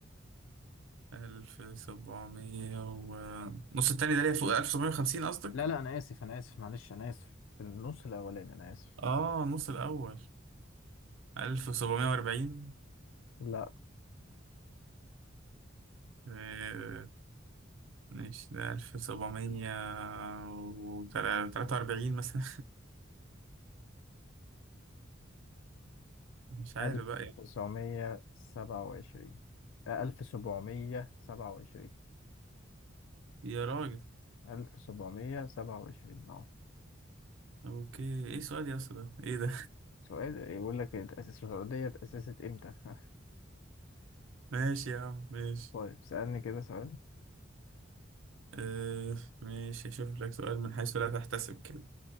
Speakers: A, on the right; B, on the left.
A: ألف سبعمية و نص التاني ده ليه فوق ألف سبعمية وخمسين قصدك؟
B: لا لا أنا آسف أنا آسف معلش أنا آسف في النص الأولاني أنا آسف
A: آه نص الأول ألف سبعمية وأربعين
B: لا
A: آه، ماشي ده ألف سبعمية وتلاتة وأربعين مثلا <laughs> مش عارف
B: 1927
A: بقى يا
B: آه، 1727
A: يا راجل
B: 1727 اه
A: أوكي إيه سؤال يا اسطى ده إيه ده
B: سؤال يقول لك اتأسس السعودية اتأسست إمتى؟ <laughs>
A: <laughs> ماشي يا عم ماشي
B: طيب سألني كده سؤال
A: آه ماشي أشوف لك سؤال من حيث لا تحتسب كده